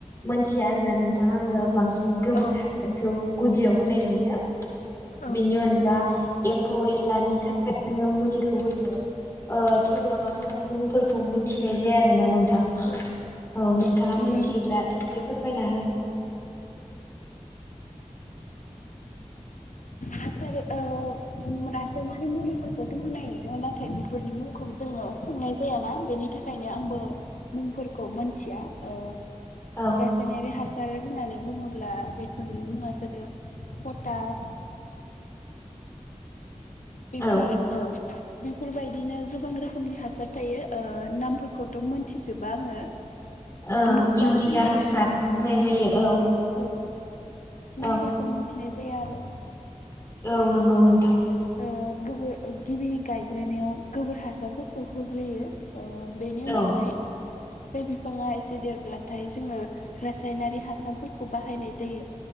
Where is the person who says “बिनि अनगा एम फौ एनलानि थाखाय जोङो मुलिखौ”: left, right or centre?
Left